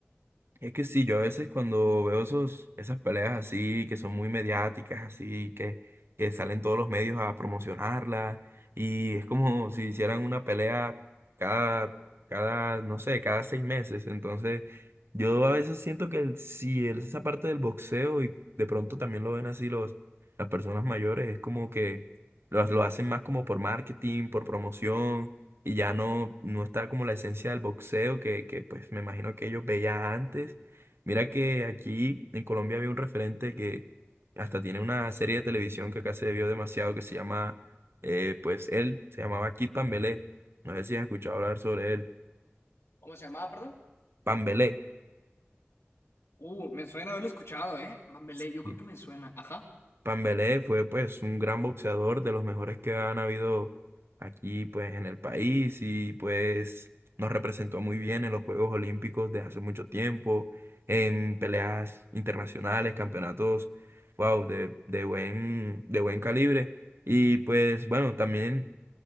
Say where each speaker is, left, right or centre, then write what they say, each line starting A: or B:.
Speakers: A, on the right; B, on the left.
A: Es que sí, yo a veces cuando veo esos, esas peleas así, que son muy mediáticas, así, que, que salen todos los medios a promocionarla, y es como si hicieran una pelea cada, cada, no sé, cada seis meses. Entonces, yo a veces siento que el- si el- esa parte del boxeo, y de pronto también lo ven así los, las personas mayores, es como que lo, lo hacen más como por marketing, por promoción y ya no, no está como la esencia del boxeo que, que pues me imagino que ellos veían antes. Mira que aquí en Colombia había un referente que hasta tiene una serie de televisión que acá se vio demasiado que se llama, eh, pues él se llamaba Kid Pambelé. No sé si has escuchado hablar sobre él.
B: ¿Cómo se llamaba, perdón?
A: Pambelé.
B: Uh, me suena haberlo escuchado, ¿eh? Mambelé,
A: Sí.
B: yo creo que me suena. Ajá.
A: Pambelé fue pues un gran boxeador, de los mejores que han habido aquí pues en el país y pues nos representó muy bien en los Juegos Olímpicos de hace mucho tiempo, en peleas internacionales, campeonatos, wow, de, de buen, de buen calibre. Y pues bueno, también